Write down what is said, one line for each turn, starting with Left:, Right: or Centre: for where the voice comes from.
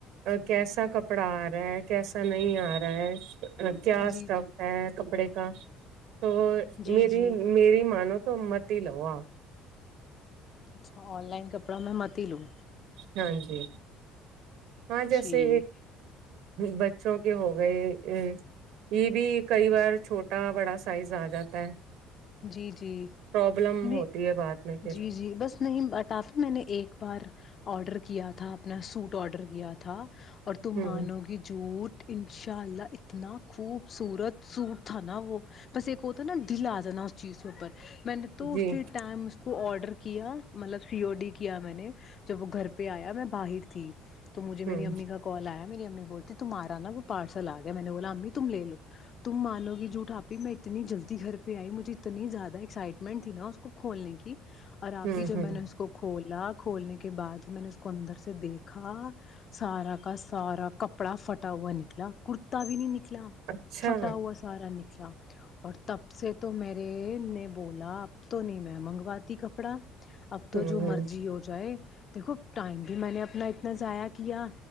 Right: کیسا کپڑا آ رہا ہے کیسا نہیں آ رہا ہے کیا
Left: جی
Right: اسٹف ہے کپڑے کا تو
Left: جی
Right: میری
Left: جی
Right: میری مانو تو مت ھی لاؤ اپ
Left: اچھا آن لائن کپڑا میں متی لوں
Right: ہاں جی ہاں جیسے
Left: جی
Right: بچوں کے ہو گئے ا یہ بھی کئی بار چھوٹا بڑا سائز آ جاتا ہے
Left: جی جی
Right: پرابلم
Left: میں
Right: ہوتی ہے بعد میں پھر
Left: جی جی بس نہیں اٹاف میں نے ایک بار آڈر کیا تھا اپنا سوٹ آڈر کیا تھا اور
Right: ہوں
Left: تم مانو گی جھوٹ انشاء اللہ اتنا خوبصورت سوٹ تھا نا وہ بس ایک ہوتا نا دل آ جانا چیز کے اوپر میں نے تو
Right: جی
Left: اسی ٹائم اس کو آرڈر کیا مطلب سی او ڈی کیا میں نے جب وہ گھر پہ آیا میں باہر تھی تو مجھے میری
Right: ہوں
Left: امی کا کال آیا میری امی بولتی تم آ رہا نا وہ پارسل آ گیا میں نے بولا امی تم لے لو تم مانوی جھٹ آپ م میں اتنی جلدی گھر پہ آئی مجھے اتنی زیادہ ایکسائٹمنٹ تھی نا اس کو کھولنے کی اور آپ
Right: ہوں
Left: ہی جو
Right: ہوں
Left: میں نے اس کو کھول ک کھولنے کے بعد جب میں نے اس کو اندر سے دیکھا سارا کا سارا کپڑا فٹا ہوا نکلا کرتا بھی نہیں نکلا نکلا
Right: اچھا
Left: فٹا ہوا سارا نکل اچا اور تب سے تو م نے بولا اب تو نہیں میں منگوات کپڑا اب
Right: ہوں
Left: تو
Right: ہ
Left: جو مرضی ہو جائے دیکھو ٹائم بھی میں نے اپنا اتنا ضائع کیا